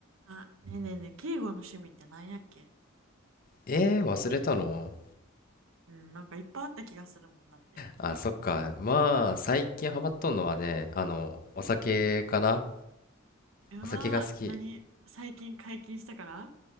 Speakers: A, on the right; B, on the left.
A: あ、ねえねえねえ、敬語の趣味って何やっけ
B: えー、忘れたの
A: うん、なんかいっぱいあった気がするもんだって。
B: あ、そっか。まあ、最近ハマっとんのはね、あの、
A: うん。
B: お酒かな
A: うわ、
B: お酒が好き。
A: 何最近解禁したから